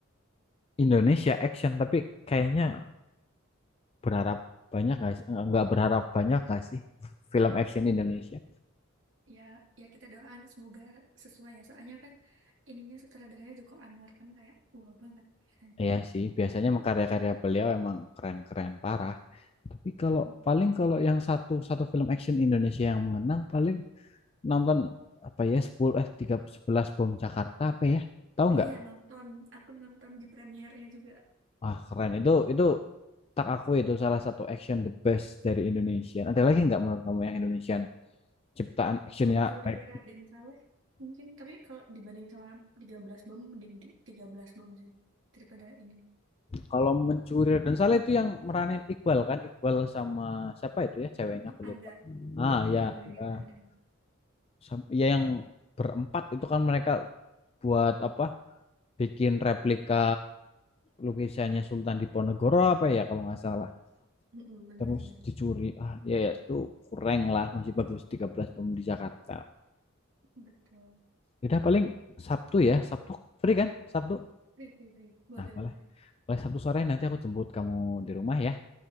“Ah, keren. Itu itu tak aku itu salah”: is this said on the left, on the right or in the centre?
Left